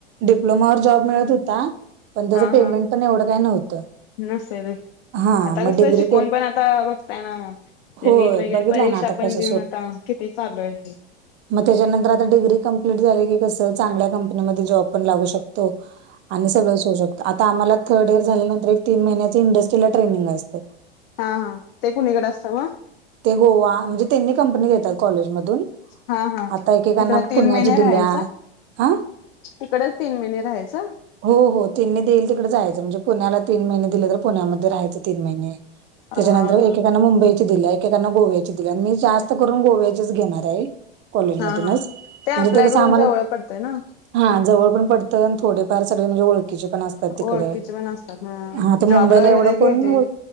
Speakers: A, on the right (about 35°); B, on the left (about 65°).
A: डिप्लोमा वर जॉब मिळत होता, पण त्याचं
B: हा
A: पेमेंट
B: हा.
A: पण एवढं काय नव्हतं.
B: नसेल
A: हा
B: आता
A: मग
B: कसं
A: डिग्री
B: शिकुण
A: के
B: पण आता बघताय ना,,
A: होय
B: नीट वगैरे
A: बघितलाय
B: परीक्षा
A: ना आता
B: पण
A: कसं
B: देऊन आता किती चालू आहे की.
A: म त्याच्यानंतर आता डिग्री कमप्लीट झाली की कसं, चांगल्या कंपनीमध्ये जॉब पण लागू शकतोय. हो आणि सगळंच होऊ आता आम्हाला थर्ड इयर झाल्यानंतर एक तीन महिन्याचं इंडस्ट्रीला ट्रेनिंग असतय
B: हा हा, ते कुणीकडं असतं म?
A: ते गोवा, म्हणजे त्यांनी कंपनी देतात कॉलेजमधून.
B: हा हा.
A: आता एकेकांना
B: तिकडं तीन
A: पुण्याची
B: महिने
A: दिल्या,,
B: राहायचं.
A: हं
B: तिकडच तीन महिने राहायचं.
A: हो हो, त्यांनी देईल तिकडे जायचं, म्हणजे पुण्याला तीन महिने दिले तर पुण्यामध्ये राहायचं तीन महिने.
B: अ
A: त्याच्यानंतर
B: हा हा.
A: एकेकांना मुंबईची दिल्या एकेकांना गोव्याची दिल्या, मी जास्त करून गोव्याचेच घेणार आहे. कॉलेजमधूनच,
B: हा हा. आपल्याकडून
A: म्हणजे ते कसं आम्हाला
B: जवळ पडतंय ना
A: हा जवळ पण पडतं, आणि थोडेफार सगळे म्हणजे ओळखचे पण आसत आता तिकड
B: ओळखीचे पण असतात ना.
A: हा आता
B: जॉबला
A: मुंबईला
B: वगैरे
A: एवढं कोण
B: गेलेले
A: ओल